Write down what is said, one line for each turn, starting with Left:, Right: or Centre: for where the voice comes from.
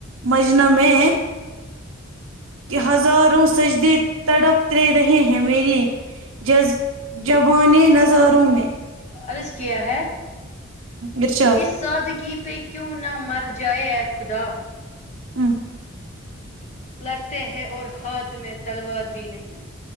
Right: مجن میں کہ ہزاروں سجدے تڑپ رہے رہے ہیں میرریے جز جوان نظاروں میں
Left: عرض کیا ہے
Right: ارشاد
Left: اس سودگی پہ کیوں نہ مر ج جے خدا
Right: ہاں
Left: لگتے ہیں اور ہاتھ تو میں تلوار بھی نہیں